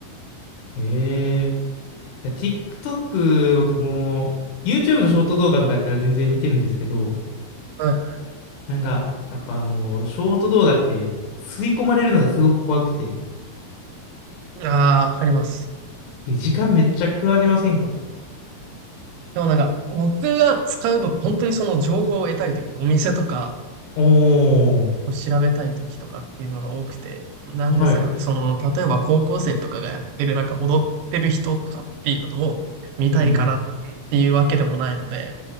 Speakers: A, on the left (about 70°); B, on the right (about 80°).
A: へえ。いや、TikTok、僕も、YouTube のショート動画とかやったら全然見てるんですけど、
B: はい。
A: なんか、やっぱあのー、ショート動画って、吸い込まれるのがすごく怖くて、
B: ああ、わかります。
A: え時間めっちゃ食われませんか
B: でもなんか、僕が使うの、本当にその情報を得たいとき、お店とか
A: おー、
B: を調べたいときとかっていうのが多くて、何ですかね。
A: はい。うん
B: その、例えば高校生とかがやってる、なんか踊ってる人とかっていうのを見たいからっていうわけでもないので、
A: うん。